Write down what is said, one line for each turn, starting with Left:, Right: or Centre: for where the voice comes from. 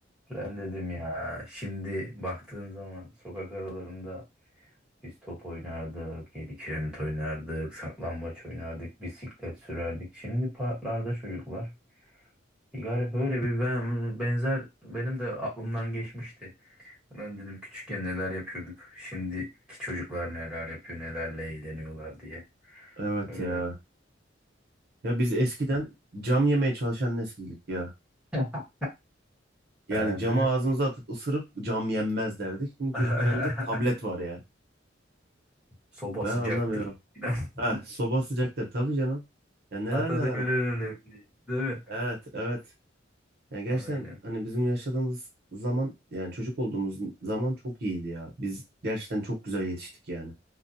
Centre: Ben dedim ya şimdi baktığın zaman sokak aralarında biz top oynardık, yedi kiremit oynardık, saklambaç oynardık, bisiklet sürerdik. Şimdi parklarda çocuklar. Bir garip öyle bir ben, benzer benim de aklımdan geçmişti. Ben dedim küçükken neler yapıyorduk. Şimdiki çocuklar neler yapıyor, nelerle eğleniyorlar diye.
Right: Evet
Centre: Öyle.
Right: ya. Ya biz eskiden cam yemeye çalışan nesildik ya.
Centre: <laughs>
Right: Yani
Centre: Ha,
Right: camı
Centre: değil mi?
Right: ağzımıza atıp ısırıp cam yenmez derdik. Şimdi
Centre: <laughs>
Right: çocukların elinde tablet var ya.
Centre: Soba
Right: Ben
Centre: sıcaktır.
Right: anlamıyorum.
Centre: <laughs>
Right: Heh, soba sıcaktır tabii canım. Ya neler
Centre: Atademir'in
Right: neler var.
Centre: repliği, değil mi?
Right: Evet, evet. Yani gerçekten
Centre: Aynen.
Right: hani bizim yaşadığımız zaman yani çocuk olduğumuz zaman çok iyiydi ya. Biz gerçekten çok güzel yetiştik yani.